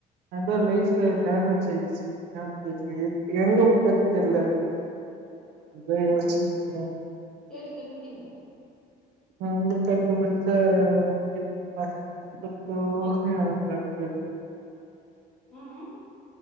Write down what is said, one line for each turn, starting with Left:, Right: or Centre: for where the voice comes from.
Right: <unintelligible> லைஃப்ல டேமேஜ் ஆச்சு <unintelligible> எதுல உட்டன் தெர்ல அதா யோசிச்சுட்ருக்கே
Centre: தேடி கண்டுபிடிங்க
Right: <unintelligible>
Centre: ம் ம்